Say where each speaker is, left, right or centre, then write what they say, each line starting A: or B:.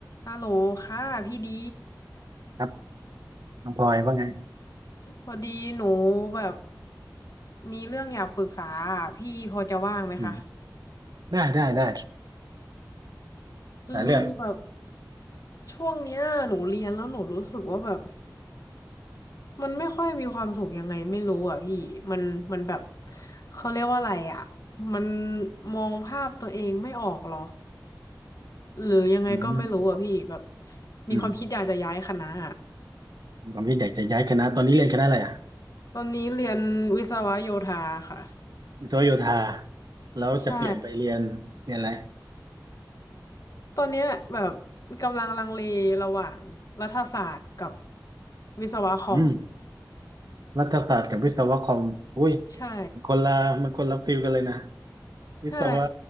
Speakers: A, on the left (about 50°); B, on the right (about 60°).
A: ฮัลโหลค่ะพี่ดี
B: ครับน้องพลอยว่าไง
A: พอดีหนูแบบมีเรื่องอยากปรึกษาอะพี่พอจะว่างไหมคะ
B: อืมได้ได้ได้
A: คือแบบ
B: หลายเรื่อง
A: ช่วงเนี้ยหนูเรียนแล้วหนูรู้สึกว่าแบบมันไม่ค่อยมีความสุขยังไงไม่รู้อ่ะพี่มันมันแบบเขาเรียกว่าอะไรอ่ะมันมองภาพตัวเองไม่ออกหรอหรือยังไงก็ไม่รู้อ่ะพี่แบบ
B: อืม
A: มีความคิดอยากจะย้ายคณะอะ
B: อืมผมคิดอยากจะย้ายคณะตอนนี้เรียนคณะอะไรอ่ะ
A: ตอนนี้เรียนวิศวะโยธาค่ะ
B: วิศวโยธาแล้วจะเปลี่ยนไปเรียนเรียนอะไร
A: ใช่ ตอนเนี้ยแบบกำลังลังเลระหว่างรัฐศาสตร์กับวิศวะคอม
B: อืมรัฐศาสตร์กับวิศวะคอมอุ้ย
A: ใช่
B: มันคนละมันคนละฟิลกันเลยนะวิศวะ
A: ใช่